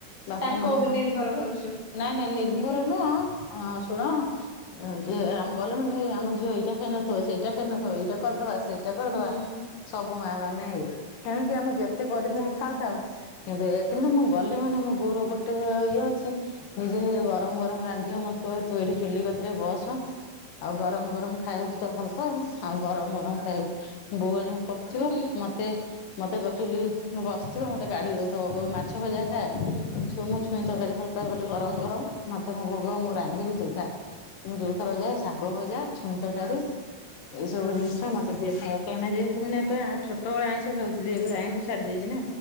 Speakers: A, on the left; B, on the left.
A: ବାପା
B: ତାଙ୍କ
A: ମା
B: ଉପରେ ନିର୍ଭର କରୁଛୁ
A: ନାଇଁ ନାଇଁ ନିର୍ଭର
B: ହେଲେ
A: ନ ଶୁଣ ଆେ ଗଲେ ମାନେଇ ଆମ ଝିଅ ଏଇଟା ଖାଇନଥିବ ସେଇଟା ଖାଇ ନଥିବ ଏଇଟା କରିଦବା ଆସ। ପୂଜା କରିଦବା
B: ହୁଁ
A: ସବୁ ମା ମାନେ କିଣିକି ଆମେ ଯେତେ କରି
B: ତ
A: ଧରି
B: ହୁଁ
A: ଖାଉଥାଉ। କିନ୍ତୁ କିନ୍ତୁ ମୁଁ ଗଲେ ମାନେ ମୋର ଗୋଟେ ଇଏ ଅଛି ଗରମ ଗରମ ରାନ୍ଧିବ ମତେ କହ ତୁଇଠ ଚୁଲି କତିରେ ବସ୍। ଆଉ ଗରମ ଗରମ ଖାଇଉଛି ତ ଭଲ ପା ଆଉ ଗରମ ଗରମ ଖାଇାଉ ବୋଉଣୀ କରୁଥିବ
B: ହୁଁ
A: ମତେ ମତେ ମତେ ଚୁଲି ବସିଥିବ ମୋତେ କାଢି ଦଉଥିବ କୋଉ ମାଛ ଭଜା ଖାଏ। ଛୁଇଁ ଛୁଇଁ ତରକାରୀ ଭଲ ପାଇ ବୋଲି ଗରମ ଗରମ ମତେ ମୋ ଭୋଗ ମୁଁ ରାନ୍ଧିବି ଚୁଖା ଯୋଉଥର ଯା ଶାଗ ଭଜା। ଛଁ ତ କାରେ ଏଇ ସବୁ ଜିନିଷ ଟା ମତେ ଯିଏ ଖାଇବାକୁ କାଁ ଯ ଏବେ ଆ ଛୋଟବେଳେ ଆଇଁଷ ଖାଉଥିଲି ଏବେ ଆଇଁଷ ଛାଡି ଦେଇଛି ନା